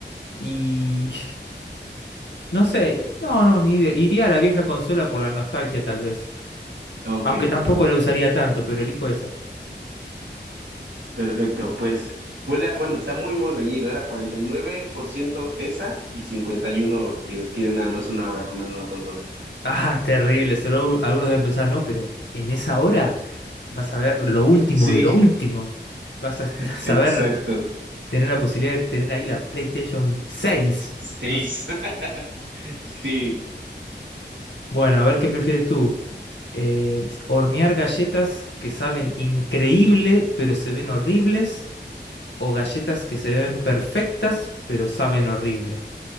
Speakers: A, on the left; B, on the right.
A: y <laughs> no sé, no, no, ni idea. Iría a la vieja consola por la nostalgia tal vez.
B: ok,
A: Aunque tampoco la usaría tanto, pero elijo esa. <laughs>
B: perfecto. Pues fue la, bueno, está muy, muy reñido. Era 49% esa y 51% quienes quieren nada más una hora con una nueva consola.
A: Ah, terrible, solo algunos deben pensar, no, pero en esa hora vas a ver lo último
B: Sí,
A: de lo último. Vas a
B: <laughs>
A: <laughs> saber
B: exacto.
A: tener la posibilidad de tener ahí la PlayStation 6.
B: Seis.
A: No sé.
B: <laughs> Sí,
A: Bueno, a ver qué prefieres tú. Eh, hornear galletas que saben increíble, pero se ven horribles. o galletas que se ven perfectas pero saben horrible.